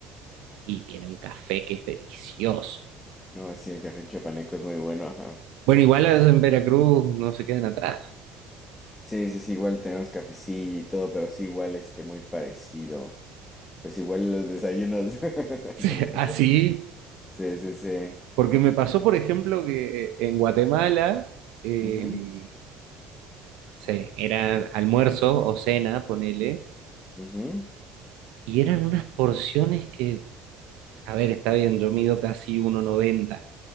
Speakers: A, on the right; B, on the left.
A: y tiene un café que es delicioso.
B: No, sí, el café chapaneco es muy bueno, ajá.
A: Bueno, igual en Veracruz no se quedan atrás.
B: Sí, sí, sí, igual tenemos cafecillo y todo, pero sí, igual este, muy parecido. Pues igual los desayunos. <laughs>
A: <laughs>
B: con todo.
A: Así.
B: Sí, sí, sí.
A: Porque me pasó, por ejemplo, que eh, en Guatemala, eh,
B: Ujú,
A: sí, eran almuerzo o cena, ponele,
B: ujú.
A: y eran unas porciones que, a ver, está bien, yo mido casi 1,90,